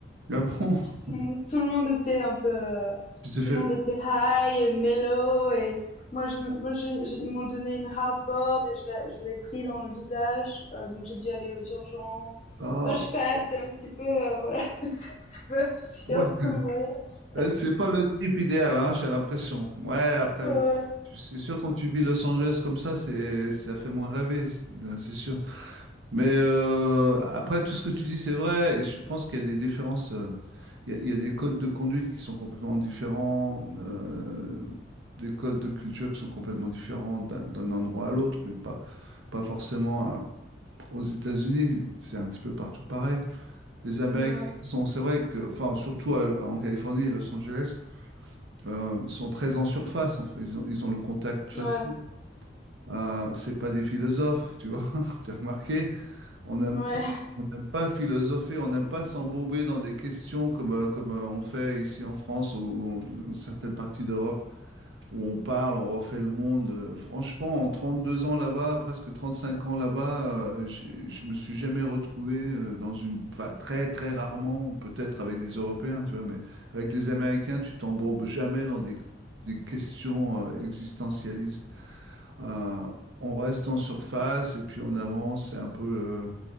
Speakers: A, on the right; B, on the left.
A: Ah bon? <laughs>
B: Tout, le monde- tout le monde était un peu, euh,
A: Tu t'es
B: tout
A: fait.
B: le monde était high et mellow et moi je, me- moi j'ai- j'ai- ils m'ont donné une hardboard et je la- je l'ai pris dans le visage, euh, donc j'ai dû aller aux urgences.
A: Ah,
B: Enfin je sais pas, c'était un petit peu, euh, voilà, <laughs> c'est un petit peu absurde
A: ouais.
B: comme voyage.
A: Euh, C'est pas le trip idéal, hein, j'ai l'impression. Ouais, après,
B: Ouais,
A: oui. Tu- C'est sûr, quand tu vis Los Angeles comme ça, c'est, ça fait moins rêver, c'est euh, c'est sûr. Mais euh, après, tout ce que tu dis, c'est vrai. Et je pense qu'il y a des différences. euh, Il y a, il y a des codes de conduite qui sont complètement différents, euh, des codes de culture qui sont complètement différents d'un d'un endroit à l'autre, mais pas, pas forcément à- aux États-Unis. C'est un petit peu partout pareil. Les Américains
B: ouais,
A: sont, c'est vrai que, enfin, surtout à- en Californie et Los Angeles, euh, sont très en surface. En fait. Ils ont, ils ont le contact facile.
B: ouais,
A: Euh, c'est pas des philosophes, tu vois. <laughs> Tu as remarqué, on aime
B: ouais,
A: On n'aime pas philosopher, on n'aime pas s'embourber dans des questions comme, euh, comme euh, on fait ici en France ou, ou en certaines parties d'Europe où on parle, on refait le monde. Euh, Franchement, en 32 ans là-bas, presque 35 ans là-bas, euh, je je me suis jamais retrouvé euh, dans une... Enfin, très, très rarement, peut-être avec des Européens, tu vois, mais avec les Américains, tu t'embourbes jamais dans des, des questions euh, existentialistes. Euh, on reste en surface et puis on avance, c'est un peu... le-